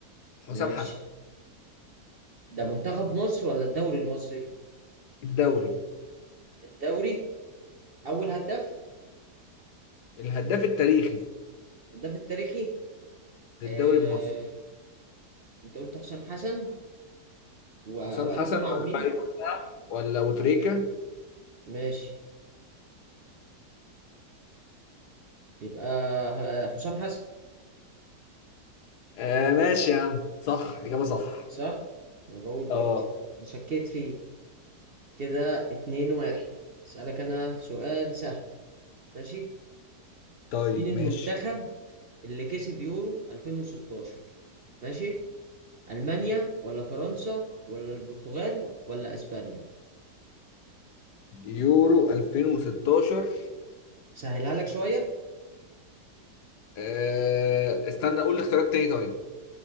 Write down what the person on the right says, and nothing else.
ماشي
ده منتخب مصر ولا الدوري المصري
الدوري اول هداف
الهداف التاريخي
آه...
انت قلت حسام حسن ووائل
جمعة
ومين؟
ما- ماشي يبقى ه- هشام حسن
صح؟ أنا بقول برضه
أنا شكيت فيه كده اتنين واحد أسألك أنا سؤال سهل ماشي؟
مين المنتخب
اللي كسب يورو 2016 ماشي؟ ألمانيا ولا فرنسا ولا البرتغال ولا أسبانيا؟
سهلها لك شوية